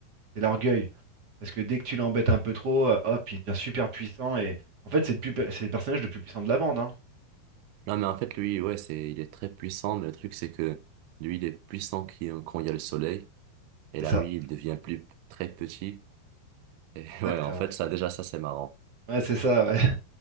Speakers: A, on the right; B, on the right.
A: C'est l'orgueil. Parce que dès que tu l'embêtes un peu trop, euh, hop, il devient super puissant. Et en fait, c'est le, plus pu- c'est le personnage le plus puissant de la bande. hein.
B: Non, mais en fait, lui, ouais, c'est, il est très puissant, mais le truc, c'est que lui, il est puissant qui- quand il y a le soleil, et
A: C'est
B: la
A: ça.
B: nuit, il devient plus, très petit. Et
A: Exactement.
B: <laughs> ouais, en fait, ça, déjà, ça, c'est marrant.
A: Ouais, c'est ça. ouais.